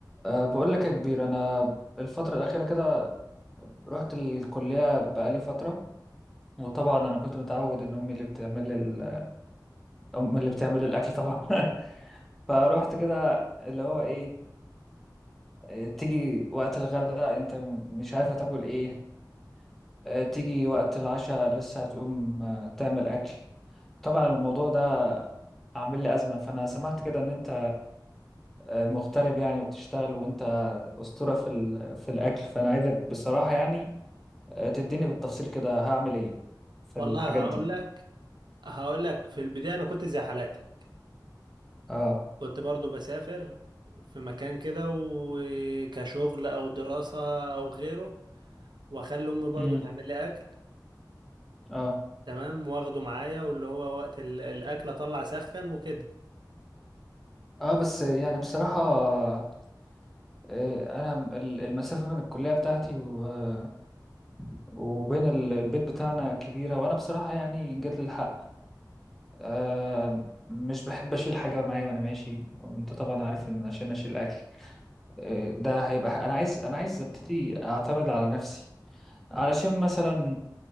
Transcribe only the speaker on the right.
والله
هقول لك هقول لك في البداية أنا كنت زي حالاتك
كنت برضو بسافر في مكان كده وكشغل أو دراسة أو غيره وأخلي أمي برضو
تعمل لي أكل
تمام واخده معايا واللي هو وقت ال- الأكل أطلع سخن وكده